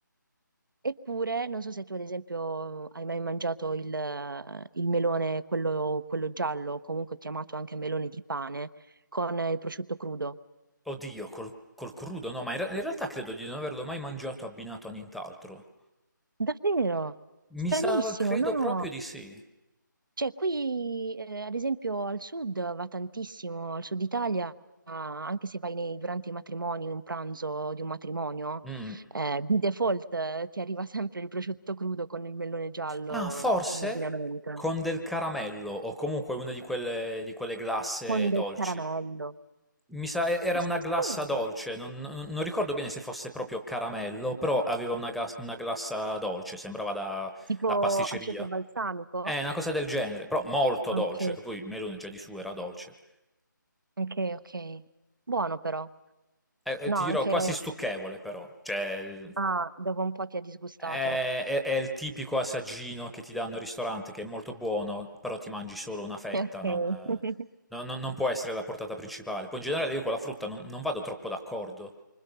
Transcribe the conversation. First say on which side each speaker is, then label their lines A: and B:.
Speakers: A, on the right; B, in the centre.
A: Eppure, non so se tu ad esempio hai mai mangiato il, il melone, quello, quello giallo, comunque chiamato anche melone di pane, con il prosciutto crudo.
B: Oddio, col, col crudo, no, ma in, re- in realtà credo di non averlo mai mangiato abbinato a nient'altro.
A: Davvero? Stranissimo,
B: Mi sa, credo
A: no?
B: proprio di sì.
A: Cioè, qui, eh, ad esempio, al sud va tantissimo, al sud Italia, ah, anche se vai nei- durante i matrimoni, un pranzo di un matrimonio,
B: Mm.
A: eh, di default, eh, ti arriva <laughs> sempre il prosciutto crudo con il melone giallo
B: Ah, forse
A: in abbinamento,
B: con del caramello o comunque una di quelle, di quelle glasse
A: con
B: dolci.
A: del caramello.
B: Mi sa, e- era
A: Assurdo!
B: una glassa dolce, non, non- non ricordo bene se fosse proprio caramello, però aveva una, gas- una glassa dolce, sembrava da,
A: Tipo
B: da pasticceria.
A: aceto balsamico?
B: È una cosa del genere, però molto
A: Ok,
B: dolce, che poi il melone già di su era dolce.
A: ok, ok. Buono però.
B: Eh, eh,
A: No,
B: ti dirò,
A: anche...
B: quasi stucchevole però, cioè il-
A: Ah, dopo un po' ti ha disgustato.
B: È, è- è il tipico assaggino che ti danno al ristorante, che è molto buono, però ti mangi solo una fetta,
A: <laughs> Ok.
B: non, eh,
A: <laughs>
B: non- non- non può essere la portata principale. Poi in generale io con la frutta non, non vado troppo d'accordo,